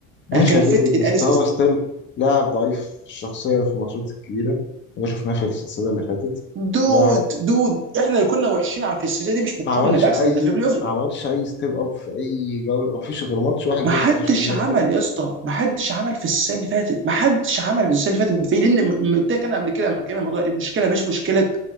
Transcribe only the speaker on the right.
انا كان
فيت
ان انسس
دود
دود احنا كنا وحشين على في السلسله دي مش مقارنه
بالعكس
ده في بلاي اوف
ما
حدش
عمل يا اسطى ما حدش عمل في السنه اللي فاتت ما حدش عمل في السنه اللي فاتت في لان م- م- ده كان قبل كده لما كان الموضوع المشكله مش مشكله